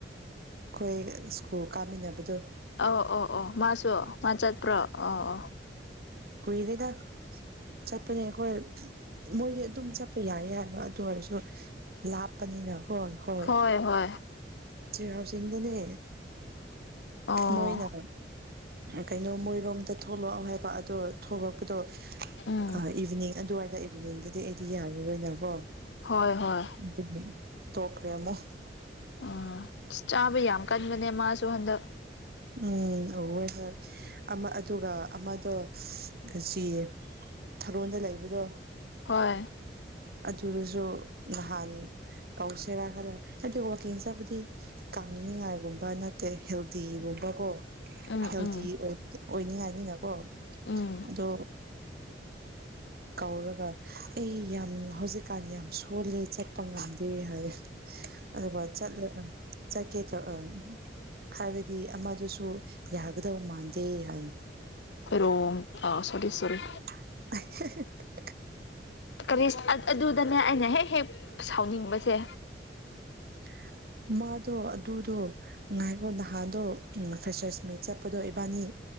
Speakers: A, on the right; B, on the left.
A: ꯑꯩꯈꯣꯏ ꯁ꯭ꯀꯨꯜ ꯀꯥꯃꯤꯟꯅꯕꯗꯣ꯫
B: ꯑꯧ ꯑꫭ-ꯑꯣ ꯃꯥꯁꯨ ꯃꯥ ꯆꯠꯄ꯭ꯔꯣ ꯑꯥ ꯑꫭ꯫
A: ꯀꯨꯏꯔꯦꯗ ꯆꯠꯄꯅꯦ ꯑꯈꯣꯏ ꯃꯣꯏꯗꯤ ꯑꯗꯨꯝ ꯆꯠꯄ ꯌꯥꯏꯌꯦ꯫ ꯑꯗꯨ ꯑꯣꯏꯔꯁꯨ ꯂꯥꯞꯄꯅꯤꯅ ꯍꯣꯏ-ꯍꯣꯏ꯫
B: ꯍꯣꯏ ꯍꯣꯏ
A: ꯆꯩꯔꯥꯎ ꯆꯤꯡꯗꯅꯦ
B: ꯑꯣ
A: ꯃꯣꯏꯅ ꯀꯩꯅꯣ ꯃꯣꯏꯔꯣꯝꯗ ꯊꯣꯛꯂꯛꯑꯣ ꯍꯥꯏꯕ ꯑꯗꯣ ꯊꯣꯛꯂꯛꯄꯗꯣ
B: ꯎꯝ
A: ꯑ ꯏꯚꯤꯅꯤꯡ ꯑꯗꯨꯋꯥꯏꯗ ꯏꯚꯤꯅꯤꯡꯗꯗꯤ ꯑꯩꯗꯤ ꯌꯥꯔꯔꯣꯏꯅꯀꯣ꯫
B: ꯍꯣꯏ ꯍꯣꯏ
A: ꯗꯨꯒꯤ ꯇꫭꯛꯈ꯭ꯔꯦꯃ꯫
B: ꯑ ꯆꯥꯕ ꯌꯥꯝ ꯀꯟꯕꯅꯦ ꯃꯥꯁꯨ ꯍꯟꯗꯛ꯫
A: ꯎꯝ ꯎꯋꯦ ꯍꯣꯏ ꯑꯃ ꯑꯗꯨꯒ ꯑꯃꯗꯣ ꯑꯁꯤ ꯊꯔꯣꯟꯗ ꯂꯩꯕꯗꯣ꯫
B: ꯍꯣꯏ꯫
A: ꯑꯗꯨꯗꯁꯨ ꯅꯍꯥꯟ ꯀꯧꯁꯦꯔꯥ ꯈꯜꯂ ꯍꯥꯏꯗꯤ ꯋꯥꯋꯥꯛꯀꯤꯡ ꯆꯠꯄꯗꯤ ꯀꯥꯡꯅꯤꯡꯉꯥꯏꯒꯨꯝꯕ ꯅꯠꯇꯦ ꯍꯦꯜꯗꯤꯒꯨꯝꯕ ꯀꯣ꯫
B: ꯎꯝ
A: ꯍꯦꯜꯗꯤ
B: ꯎꯝ
A: ꯑꫭꯏ ꯑꯣꯏꯅꯤꯡꯉꯥꯏꯅꯤꯅꯀꯣ
B: ꯎꯝ
A: ꯑꯗꯣ ꯀꯧꯔꯒ ꯑꯩ ꯌꯥꯝ ꯍꯧꯖꯤꯛꯀꯥꯟ ꯌꯥꯝ ꯁꯣꯜꯂꯦ ꯆꯠꯄ ꯉꯝꯗꯦ ꯍꯥꯏꯌꯦ꯫ ꯑꯗꯨꯒ ꯆꯠꯂ ꯎꯝ ꯆꯠꯀꯦ ꯇꯧ ꯑꯝ ꯍꯥꯏꯕꯗꯤ ꯑꯃꯗꯨꯁꯨ ꯌꯥꯒꯗꯧ ꯃꯥꯟꯗꯦ ꯍꯥꯏ꯫
B: ꯍꫭꯏꯔꯣꯡ ꯑ ꯁꯣꯔꯤ-ꯁꯣꯔꯤ꯫
A: <unintelligible>
B: ꯀꯔꯤ ꯑꯗꯨꯗꯅꯦ ꯑꯩꯅ ꯍꯦꯛ-ꯍꯦꯛ ꯁꯥꯎꯅꯤꯡꯕꯁꯦ꯫
A: <unintelligible> ꯃꯥꯗꯣ ꯑꯗꯨꯗꯣ ꯉꯥꯏꯈꯣ ꯅꯍꯥꯟꯗꯣ ꯎꯝ ꯐꯦꯁꯔꯁ ꯃꯤꯠ ꯆꯠꯄꯗꯣ ꯏꯕꯥꯅꯤ